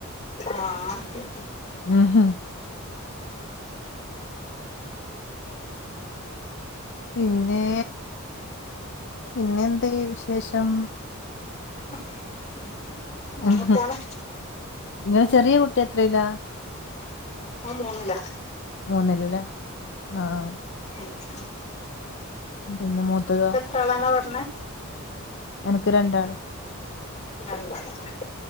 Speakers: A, on the left; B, on the left.
A: ആഹ്
B: ഉം ഹും പിന്നെ പിന്നെ എന്ത് വിശേഷം
A: <unintelligible>
B: ഉം
A: പോണ്
B: ഇങ്ങളെ ചെറിയ കുട്ടി എത്രീല്ല?
A: ഓ മോന്നില.
B: മൂന്നില് ല്ലേ ആഹ്
A: ഉം ഉം.
B: പിന്നെ മൂത്തതോ?
A: തളന്നാ പറഞ്ഞ
B: എനക്ക് രണ്ടാള്.
A: നണ്ടാ ആട്ടെ